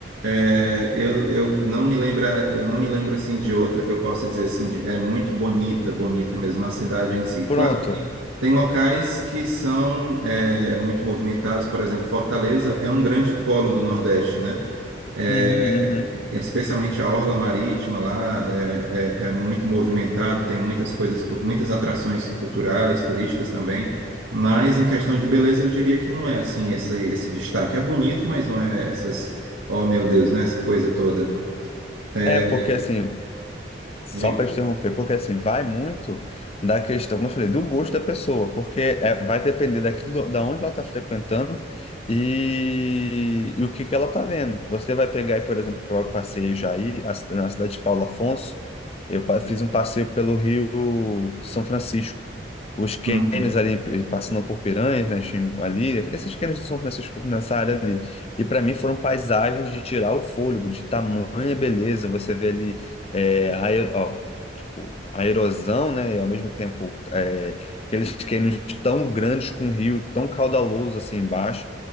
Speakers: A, on the right (about 80°); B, on the left (about 30°).
A: É, eu, eu não me lembro, eu não me lembro assim de outra que eu possa dizer assim, de- é muito bonita, bonita mesmo a cidade em si. Claro,
B: Pronto.
A: tem, tem locais que são é, muito movimentados, por exemplo, Fortaleza é um grande polo do Nordeste, né? É,
B: Uhum, uhum.
A: especialmente a orla marítima lá é, é- é muito movimentado, tem muitas coisas, cu- muitas atrações culturais, turísticas também. Mas em questão de beleza, eu diria que não é assim esse, esse destaque. É bonito, mas não é essas Oh, meu Deus, né? Essa coisa toda. É,
B: É, porque assim, só
A: de-
B: para interromper, porque assim, vai muito da questão, como eu falei, do gosto da pessoa, porque é- vai depender daquilo, da onde ela está frequentando e, e o que que ela está vendo. Você vai pegar aí, por exemplo, que eu passei já aí, a cida- na cidade de Paulo Afonso, eu pa- fiz um passeio pelo Rio São Francisco. os cânions
A: Uhum,
B: ali passando por Piranhas, né, Xingu- ali, esses cânions são nessas, nessa área ali. E para mim foram paisagens de tirar o fôlego, de tamanha beleza. Você vê ali é, a, ero- ó, o- a erosão, né, e ao mesmo tempo é, aqueles cânions tão grandes com um rio tão caudaloso assim embaixo.